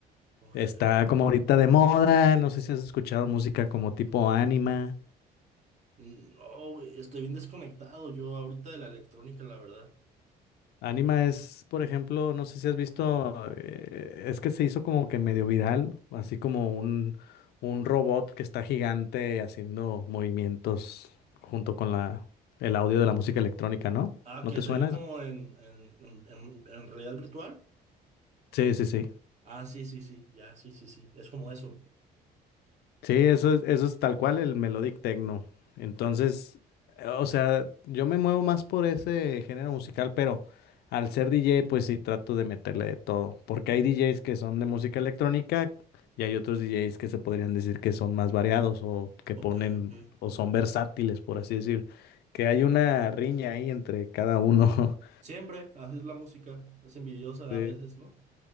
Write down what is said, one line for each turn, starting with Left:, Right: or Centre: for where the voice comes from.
Right: Órale.
Left: Está como ahorita de moda, no sé si has escuchado música como tipo anima.
Right: No, güey, estoy bien desconectado yo ahorita de la electrónica, la verdad.
Left: Anima es, por ejemplo, no sé si has visto, eh, es que se hizo como que medio viral, así como un, un robot que está gigante haciendo movimientos junto con la, el audio de la música electrónica, ¿no?
Right: Ah,
Left: ¿No
Right: que
Left: te
Right: se
Left: suena
Right: ve como
Left: eso?
Right: en, en, en, en en realidad virtual.
Left: Sí, sí, sí.
Right: Ah, sí, sí, sí, ya, sí, sí, sí. Es como eso.
Left: Sí, eso es, eso es tal cual el melodic techno. Entonces, o sea, yo me muevo más por ese género musical, pero al ser DJ, pues sí trato de meterle de todo, porque hay DJs que son de música electrónica y hay otros DJs que se podrían decir que son más variados o que
Right: Ok,
Left: ponen
Right: ok.
Left: o son versátiles, por así decir, que hay una riña ahí entre cada uno. <laughs>
Right: Siempre haces la música. Es envidiosa
Left: Sí.
Right: a veces, ¿no?